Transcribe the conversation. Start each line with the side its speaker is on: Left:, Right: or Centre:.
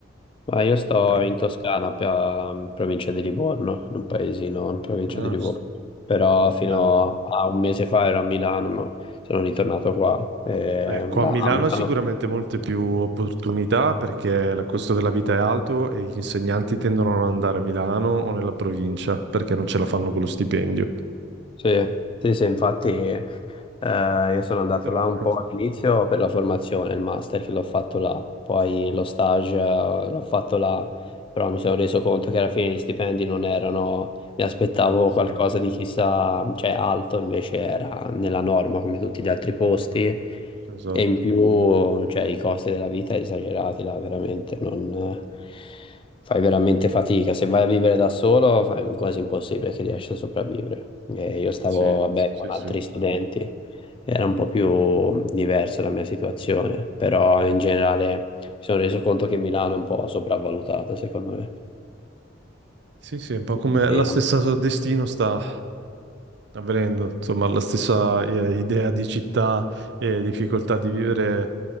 Left: Ma io sto
Right: però...
Left: in Toscana, per- in provincia di Livorno, in un paesino in provincia
Right: Ah,
Left: di Livorno. Però fino
Right: bello.
Left: a un mese fa ero a Milano, ma sono ritornato qua. E
Right: Ecco,
Left: là
Right: a Milano
Left: a Milano
Right: sicuramente molte più opportunità perché il costo della vita è alto e gli insegnanti tendono a non andare a Milano o nella provincia perché non ce la fanno con lo stipendio.
Left: Sì, sì, sì, infatti eh, io sono andato
Right: Però,
Left: là un
Right: <laughs>
Left: po'
Right: eh,
Left: all'inizio per la formazione, il master che l'ho fatto là, poi lo stage eh, l'ho fatto là, però mi sono reso conto che alla fine gli stipendi non erano, mi aspettavo
Right: no, sì,
Left: qualcosa di chissà, cioè alto, invece era nella norma come tutti gli altri posti
Right: no,
Left: e
Right: esatto.
Left: in più, cioè, i costi della vita esagerati là, veramente, non... Fai veramente fatica, se vai a vivere da solo fai quasi impossibile che riesci a sopravvivere. Eh, io stavo,
Right: Sì,
Left: vabbè,
Right: sì,
Left: con altri
Right: sì.
Left: studenti, era un po' più diversa la mia situazione, però in generale mi sono reso conto che Milano è un po' sopravvalutata, secondo me.
Right: Sì, sì, un po' come
Left: Quindi,
Right: la stessa so, destino sta avvenendo, insomma, la stessa eh, idea di città e difficoltà di vivere